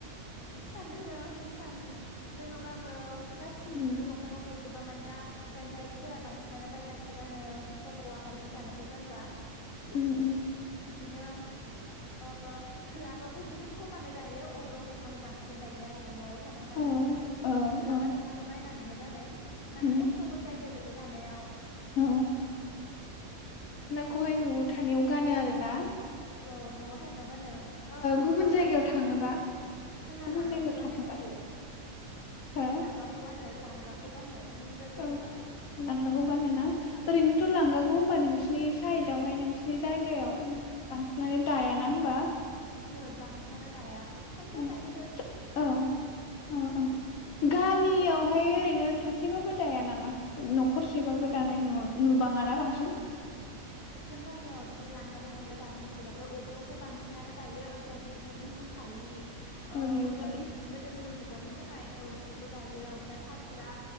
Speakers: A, on the left; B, on the left.
A: हिसान दङ। हिसान दोङोबाबो गासिबबनिबो
B: उम
A: न'खराव गैजोब जोबा मानो ना। फोरा बांसिनानो बायनासो गानो गावबा गाव आखायजों दानायखौ गानला
B: उम उम
A: बिदिनो ओ लांगाखौ बुहुद खमानो दायो अग्रं दख'नाखौ बांसिन दायो आरो न'आव। थाखाय
B: औ औ
A: लांगा
B: औ
A: दखनाखौ बायनानैनो गानो माने
B: उम
A: खस्थ'बो जायो बेफ दानायाव
B: औ खौ हाय न'आव थानायाव गानो आरो ना।
A: औ न'आव थानायाव गानो गुबुनाव
B: गुबुन जायगायाव
A: थांबा
B: थाङोबा
A: जोंना
B: गुबुन
A: लांगाखौ
B: जायगायाव
A: गाननाय
B: थाङोबा
A: जायो
B: हो
A: लांगाखौ गानो । गाखौ गानो। गुबुन जायगायाव
B: औ
A: थांबा
B: लांगाखौ गानोना ओरैनोथ' लांगा होनबा नोंसिरनि साइदआवहाय नोंसिरनि जायगायाव बांसिनानो दायाना होमबा।
A: ओहो बांसिनानो दाया खायफाया
B: उम
A: दायो।
B: औ औ औ गामियावहाय
A: ओ
B: ओरैनो सासेबाबो नामा न'खरसेबाबो दानाय नु नुबाङाना
A: ओहो आङो
B: बांसिन
A: जों गामियाव बिदि लांगा दानाय नुफेराखै अग्रंखौ बांसिन नानै दायो ओमफ्राय बिदिनो ओ बिहु फालि ओ
B: औ बिहु
A: मोदोम
B: फालि
A: मोदोम हु हुगारनो थाखाय औ बेफोरखौ दायो ओमफ्राय फास्रा